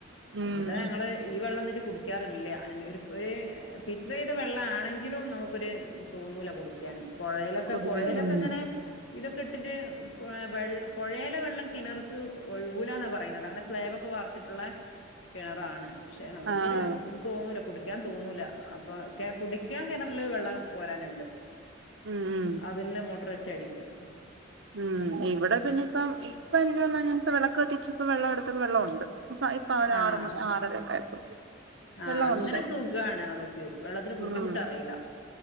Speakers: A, on the right (about 70°); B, on the left (about 80°).
A: ഉം
B: ഇവിടെ ഞങ്ങള് ഈ വെള്ളം ന്നട്ട് കു ക്കാറില്ല ആന്റ് ഇപ്പഴ് ഫിൽറ്ററെ ചയ്ത വെള്ളമാണെങ്കിലും നമുക്കൊരു തോന്നൂല കുടിക്കാന് പൊഴയിലൊക്കെ
A: കുടിക്കും
B: പൊഴയിലൊക്കെങ്ങനെ
A: ഉം
B: ഇതൊക്കെ ഇട്ടിട്ട് വെ വെൾ പൊയലെ വെള്ളം കിണർക്ക് ഒഴിക് കൂലാന്നാ പറയുന്നത് അങ്ങനെ സ്ലാബ് ഒക്കെ വാർത്തിട്ടുള്ള കിണറാണ് പക്ഷെ നമുക്കൊരു
A: ആഹ്
B: ഇത് തോന്നൂല കുട് കുടിക്കാൻ തോന്നൂല അപ്പൊ കെ കുടിക്കാൻ കിണറില് വെള്ളം കോരാന്ണ്ട്
A: ഉം ഉം
B: അതിൽന്ന് മോട്ടർ വെ ചടിക്കും
A: ഉം ഇവിടെ പിന്നെപ്പം ഇപ്പര്ന്നഞൻ വെളക്ക് കത്തിച് പ്പ വെള്ള എടുത്തപ്പൊ വെള്ളോണ്ട് ഫാ ഇപ്പം ഒരു
B: ആഹ്
A: ആറ് മ ആറര യൊക്കെ ആയ
B: ആഹ്
A: വെള്ളമുണ്ട്
B: അങ്ങനെ സുഖാണ് നമുക്ക് വെള്ളത്തിന് ബുദ്ധിമുട്ട്
A: ഉം
B: അറിയില്ല